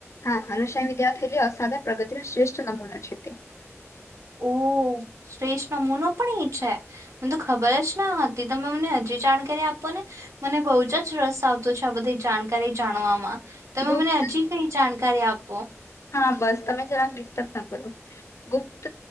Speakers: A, on the left (about 65°); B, on the right (about 80°).
A: હા હનુસય વિદ્યાર્થીલી અસાધા પ્રગતિર શ્રેષઠ નમૂના છે તે
B: ઓ શ્રેષ્ઠ નમૂનો પણ એ છે મને તો ખબર જ ના હતી તમે મને હજી જાણકારી આપો ને મને બહ જ જ રસ આવતો છે આ બધી જાણકારી જાણવામાં તમે
A: ગુપ્ત
B: મને આજી ક જાણ કર્યા આપ
A: હા બસ તમે જરાક ડિસ્ટર્બ ના કરો ગુપ્ત